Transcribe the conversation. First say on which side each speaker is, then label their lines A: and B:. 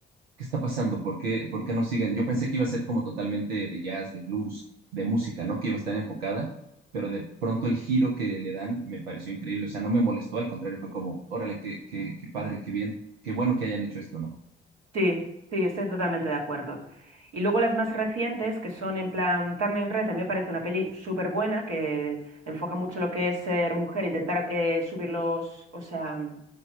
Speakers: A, on the right; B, on the right.
A: ¿qué está pasando? ¿Por qué, por qué no siguen? Yo pensé que iba a ser como totalmente de jazz, de blues, de música, ¿no? Que iba a estar enfocada, pero de pronto el giro que le dan me pareció increíble. O sea, no me molestó, al contrario, fue como, órale, qué, qué, qué padre, qué bien, qué bueno que hayan hecho esto, ¿no?
B: Sí, sí, estoy totalmente de acuerdo. Y luego las más recientes, que son en plan Turning Red, a mí me parece una peli súper buena, que enfoca mucho lo que es ser mujer, intentar eh, subir los, o sea,